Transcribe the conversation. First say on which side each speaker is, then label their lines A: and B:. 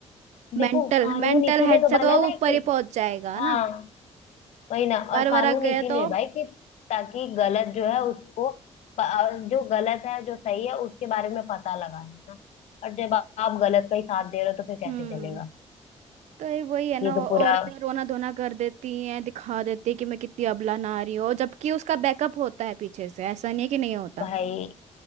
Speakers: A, on the left; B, on the right.
A: देखो
B: मेंटल
A: कानून
B: मेंटल
A: इसीलिए
B: हेड
A: तो
B: से
A: बना
B: तो वो
A: ना
B: ऊपर
A: कि
B: ही पहुंच जाएगा
A: हाँ
B: ना
A: वही ना
B: बार
A: और कानून
B: बार गया
A: इसीलिए
B: तो
A: भाई कि ताकि गलत जो है उसको प- जो गलत है जो सही है उसके बारे में पता लगा ना और जब आप गलत का ही साथ दे रहे हो तो फिर
B: हम्म
A: कैसे चलेगा
B: तो ये वही है ना
A: ये तो
B: औ-
A: पूरा
B: औरतें रोना धोना कर देती हैं दिखा देती हैं कि मैं कितनी अबला नारी हूँ जबकि उसका बैकअप होता है पीछे से ऐसा नहीं है कि नहीं होता
A: भाई